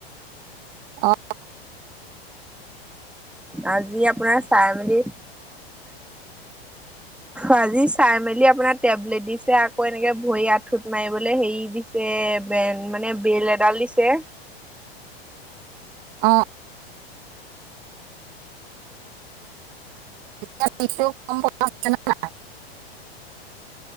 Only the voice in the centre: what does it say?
আজি আপোনাৰ চাই মেলি
আজি চাই মেলি আপোনাৰ টেবলেট দিছে আকৌ এনেকে ভই আঠুত মাৰিবলৈ হেই দিছ ছে বেন মানে বেল এডাল দিছে